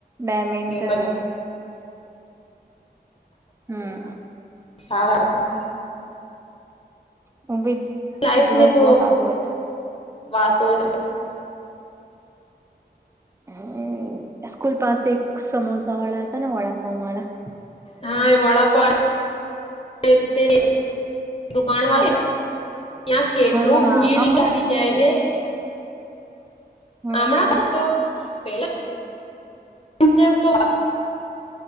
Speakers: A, on the right; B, on the left.
A: બેમિન્ટન
B: ગેમ
A: હમ્મ.
B: સારા હતા.
A: હું ભી
B: લાઈફ
A: દિવસ
B: ની તો
A: બહ સારું હતા.
B: વાતો <unintelligible>
A: હમ્મ સ્કૂલ પાસે એક સમોસા વાળા હતા ને વડાપાવ વાળા?
B: હા એ વડાપાવ તે તે દુકાન વાલા ત્યાં કેટલું
A: હા હા
B: ભીડ
A: હમણાં
B: લાગી
A: જ બી
B: જાય
A: છે એવો.
B: ને
A: હમ્મ
B: હમણાં પણ તો પેલા <unintelligible> તો